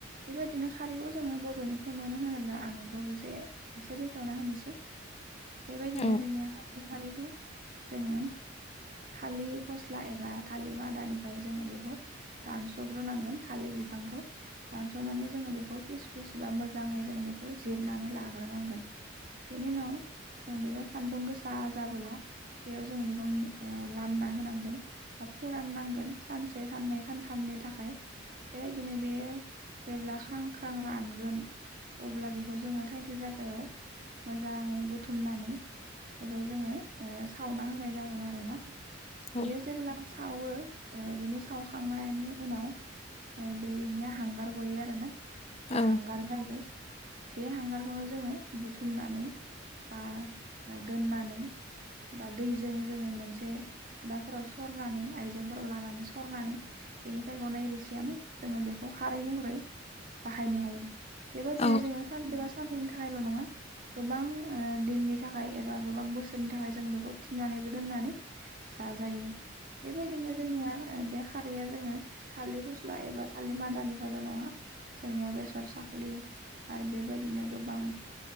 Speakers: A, on the right (about 45°); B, on the left (about 30°).
A: बेबायदिनो खारैखौ जोङो बबेनिफ्राय मोनो होनोब्ला आं बेखौ बेसे एसे बेखेवना होनोसै बेबायदिनो
B: औ
A: जोंनिया खारैखौ जोङो थालिर फस्ला एबा थालिर मादानिफ्राय जोङो बेखौ दानस'ग्रोनांगोन थालिर बिफांखौ दानस'नानै जोङो बेखौ पिस-फिस बा मोजाङै जों बेखौ जिरनानै लाग्रोनांगोन बेनि उनाव जों बेखौ खान्दुं गोसा जाबोला बेयाव जोङो बेखौ लामना होनांगोन बा फोराननांगोन सानसे साननै सान थामनि थाखाय बेबायदिनो बेयो जेब्ला ख्रां ख्रां रानगोन अब्ला बेखौ जोङो थाइसे जायगायाव मोजाङै बुथुमनानै बेखौ जोङो सावना होनाय जागोन आरो ना
B: औ
A: बेयो जेब्ला सावो बेनि सावखांनाय नि उनाव बेनिया हांगार गयो आरो ना
B: औ
A: बा हांगार जायो बे हांगारखौनो जोङो बुथुमनानै बा दोननानै बा दैजों जोङो मोनसे खादाफोराव सरनानै आइजेंफोराव लानानै सरनानै बेनिफ्राय गनाय रिसियानो जोङो बेखौ खारै महरै बाहायनो हायो बेबायदिनो
B: औ
A: जोङो सानसेबा साननैनि थाखायल' नङा गोबां दिननि थाखाय एबा गोबां बोसोरनि थाखाय जों बेखौ थिनानैबो दोननानै जा जायो बेबायदिनो जोङो बे खारैया जोङो थालिर फस्ला एबा थालिर मादानिफ्रायल' नङा जोंनिया बेसर साखलि आरो बेबायदिनो गोबां